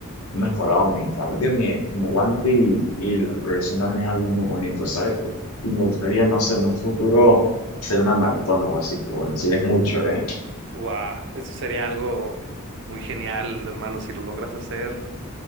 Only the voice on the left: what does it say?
he mejorado mi cardio, mi, mi aguante y, y la progresión también es algo muy bonito, ¿sabes? Y me gustaría, no sé, en un futuro hacer una maratón o algo así, pero bueno, sí es mucho, ¿eh?